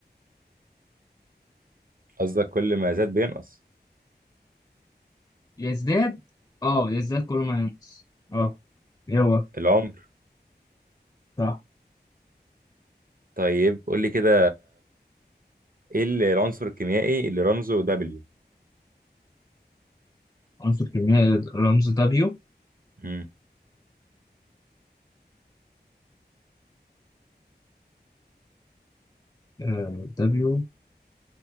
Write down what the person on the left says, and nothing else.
يزداد أه يزداد كل ما ينقص أه يلا
صح
عنصر كيميائي رمز دبليو
آه، دبليو